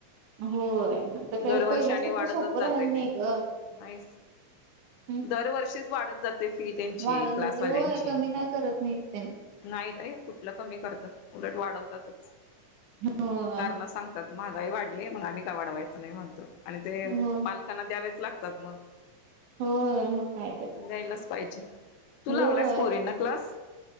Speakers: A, on the right; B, on the left.
A: होय आता काय
B: दरवर्षानी
A: पहिल्यासारखं
B: वाढतच
A: सोपं
B: जातय
A: राहिल नाही
B: ते
A: ग
B: नाही.
A: हम्म
B: दरवर्षीच वाढत जाते फी त्यांची
A: वाढत
B: क्लासवाल्यांची.
A: जाते होय कमी काय करत नाहीत त्यानी
B: नाहीत आहे कुठलं कमी करतात उलट वाढवतातच
A: होय
B: कारण सांग महागाई वाढली मग आम्ही का वाढवायचं नाही म्हणतो आणि ते
A: होय
B: पाल.. त्यांना द्यावेच लागतात मग
A: होय मग काय तर
B: द्यायलाच पाहिजे. तू
A: होय
B: लावलायस पोरन ना क्लास.